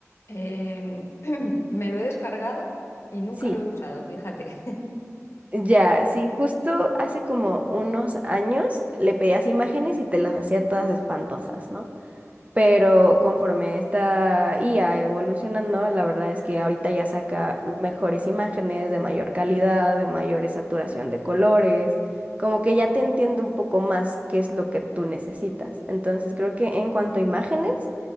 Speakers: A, on the left (about 55°); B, on the right (about 25°).
A: Em, <clears throat> me lo he descargado y nunca
B: Sí,
A: lo he usado, fíjate.
B: ya, sí, justo hace como unos años le pedías imágenes y te las hacía todas espantosas, ¿no? Pero conforme esta IA evolucionando, la verdad es que ahorita ya saca mejores imágenes de mayor calidad, de mayor saturación de colores, como que ya te entiendo un poco más qué es lo que tú necesitas. Entonces creo que en cuanto a imágenes,